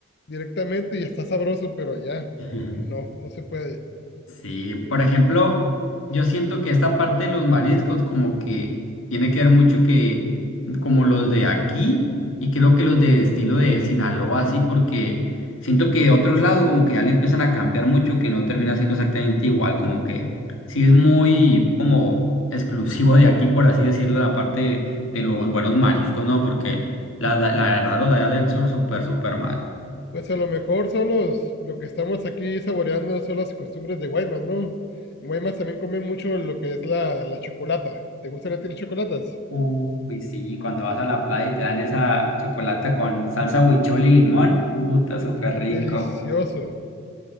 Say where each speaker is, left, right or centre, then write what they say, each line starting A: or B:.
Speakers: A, on the left; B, on the left.
A: directamente y está sabroso, pero allá
B: <laughs>
A: no, no se puede.
B: Sí, por ejemplo, yo siento que esta parte de los mariscos como que tiene que ver mucho que como los de aquí y creo que los de estilo de Sinaloa así porque siento que de otros lados como que ya le empiezan a cambiar mucho que no termina siendo exactamente igual, como que sí es muy como exclusivo de aquí por así decirlo la parte de los buenos mariscos, ¿no? Porque la, la verdad los de allá del sur súper súper mal.
A: Pues a lo mejor son los, lo que estamos aquí saboreando son las costumbres de Guaymas, ¿no? En Guaymas también comen mucho lo que es la, la chocolata. ¿Te gustan a ti las chocolatas?
B: Uy, pues sí, cuando vas a la playa y te dan esa chocolata con salsa huichol y limón, uh, está súper rico.
A: Delicioso.